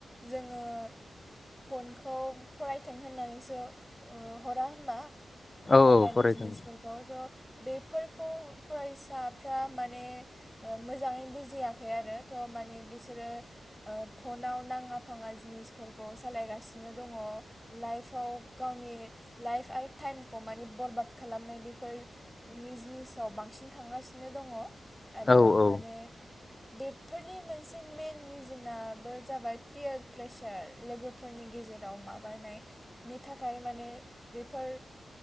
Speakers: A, in the centre; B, on the left.
A: जोङो फनखौ फरायथों होननानैसो हरा होनोमबा?
B: औ
A: अनलाइन
B: औ फरायदों
A: जिनिसफोरखौ थ' बेफोरखौ फरायसाफ्रा माने मोजाङै बुजियाखै आरो थ' माने बिसोरो फनाव नाङा फाङा जिनिसफोरखौ सालायगासिनो दङ लाइफआव गावनि लाइफ आरो टाइमखौ मानि बरबाद खालामनाय बेफोरनि जिनिसाव बांसिन थांगासिनो दङ आरो
B: औ औ
A: माने बेफोरनि मोनसे मेन रिजोनाबो जाबाय पियार प्रेसार लोगोफोरनि गेजेराव माबानायनि थाखाय माने बेफोर